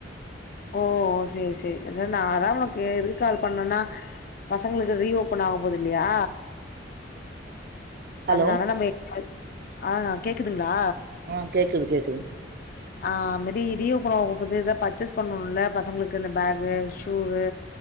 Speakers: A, on the left (about 45°); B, on the right (about 50°).
A: ஓ சேரி சேரி அத நாதா ஒனக்கு ரீ கால் பண்ணனா பசங்களுக்கு ரீ ஓபன் ஆவப் போது இல்லியா
B: ஹலோ
A: அதனால நம்ம <inaudible> ஆ கேக்குதுங்ளா
B: அ கேக்குது கேக்குதுங்
A: ஆ மேரி ரீ ஓபன் ஆகப்போது எதாப் பர்ச்சேஸ் பண்ணனுல்ல பசங்ளுக்கு இந்த bag shoe